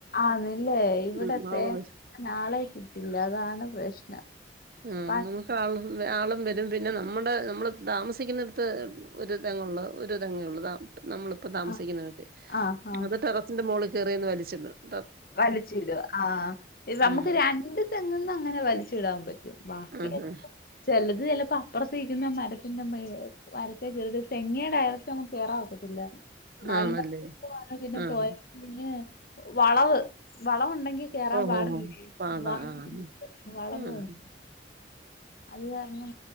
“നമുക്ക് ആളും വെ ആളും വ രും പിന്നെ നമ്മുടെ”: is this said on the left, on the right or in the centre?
Right